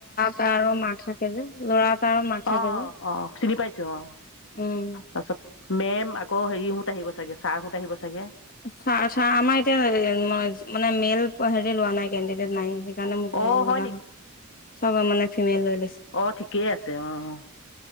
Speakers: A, on the left; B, on the left.
A: তাৰো মাক থাকে যে ল'ৰা তাৰো মাাক থাকে
B: অঁ
A: যে।
B: অঁ চিনি পাইছো অ',।
A: উম
B: তাৰপিছত মেম আকৌ হেৰি <unintelligible> চাগে ছাৰহোত আহিব চাগে।
A: <unintelligible> আমাৰ এতিয়া হেৰি ম -মানে মেল হেৰি লোৱা নাই। কেণ্ডিডেট নাই সেইকাৰণে মোক ল'ব
B: অঁ হয়
A: লগা হ'ল। <unintelligible> ফিমেল লৈছে
B: আহ', ঠিকেই আছে অ'।